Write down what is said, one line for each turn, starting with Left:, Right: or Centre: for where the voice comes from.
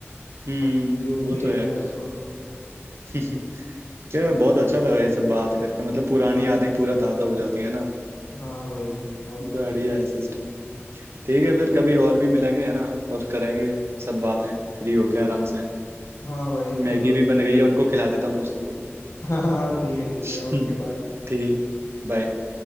Right: हम्म
Left: भाई फिर वो
Right: वो
Left: दे
Right: तो है
Left: गया मेरे को
Right: <laughs> यार बहुत अच्छा लगा ये सब बात करके मतलब पुरानी यादें पूरा ताजा हो जाती है ना
Left: हाँ भाई और
Right: तो
Left: क्या
Right: बढ़िया है सिस्टम ठीक है फिर कभी और भी मिलेंगे है ना और करेंगे सब बातें फ्री होके आराम से
Left: हाँ भाई चलो
Right: मैगी भी
Left: <laughs>
Right: बन गई है उनको खिला देता हूँ दोस्तों को
Left: हाँ हाँ हाँ, ठीक है ठीक है
Right: हम्म,
Left: ओके बाय
Right: ठीक बाय